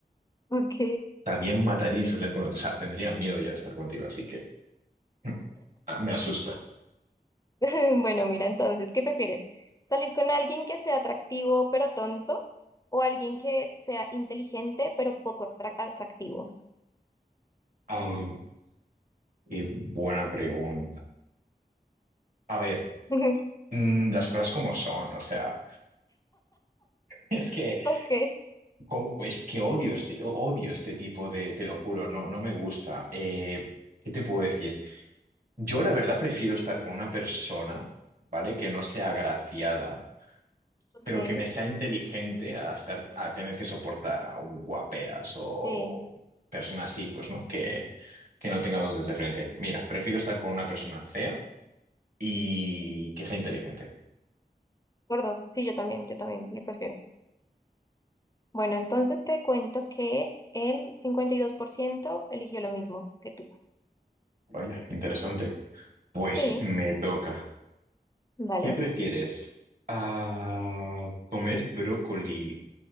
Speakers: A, on the left; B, on the right.
A: Ok.
B: También mataría y se saldría con otro. O sea, tendría miedo ya de estar contigo, así que <laughs> ah, me asusta.
A: <laughs> Bueno, mira, entonces, ¿qué prefieres? ¿Salir con alguien que sea atractivo pero tonto o alguien que sea inteligente pero poco atra- atractivo?
B: Ah, qué buena pregunta. A ver,
A: <laughs>
B: mm, las cosas como son, o sea, <laughs> es que,
A: Ok,
B: como, es que odio este, odio este tipo de, te lo juro, no, no me gusta. Eh, ¿qué te puedo decir? Yo la verdad prefiero estar con una persona, ¿vale? Que no sea agraciada
A: ok,
B: pero que me sea inteligente a estar, a tener que soportar a un guaperas o
A: sí,
B: persona así, pues, ¿no? Que, que no tenga dos dedos de frente. Mira, prefiero estar con una persona fea y que sea inteligente.
A: por dos, sí, yo también, yo también, lo prefiero. Bueno, entonces te cuento que el 52% eligió lo mismo que tú.
B: Vaya, interesante. Pues
A: Sí,
B: me toca.
A: vale.
B: ¿Qué prefieres? Ah, ¿comer brócoli